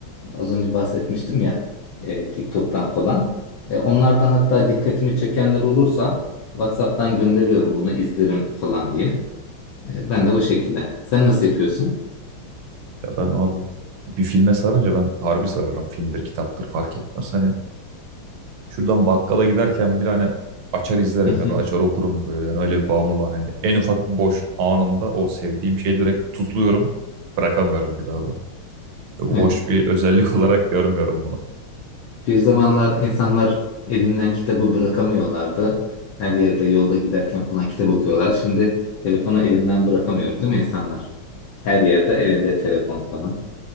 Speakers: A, on the left; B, on the right.
A: Az önce bahsetmiştim ya e, TikTok'tan falan. E, onlardan hatta dikkatimi çekenler olursa WhatsApp'tan gönderiyorum bunu izlerim falan diye. E, ben de o şekilde. Sen nasıl yapıyorsun?
B: Ya ben abi bir filme sarınca ben harbi sararım. Filmdir, kitaptır fark etmez. Hani Şuradan bakkala giderken bile hani açar izlerim
A: <laughs>
B: ya da açar okurum böyle. Yani öyle bir bağımlılığı var. Hani en ufak bir boş anımda o sevdiğim şeyi direkt tutluyorum. Bırakamıyorum bir daha da. Bu
A: Evet.
B: hoş bir özellik <laughs> olarak görmüyorum bunu.
A: Bir zamanlar insanlar elinden kitabı bırakamıyorlardı. Her yerde yolda giderken falan kitap okuyorlar. Şimdi telefonu elinden bırakamıyor değil mi insanlar? Her yerde elinde telefon falan.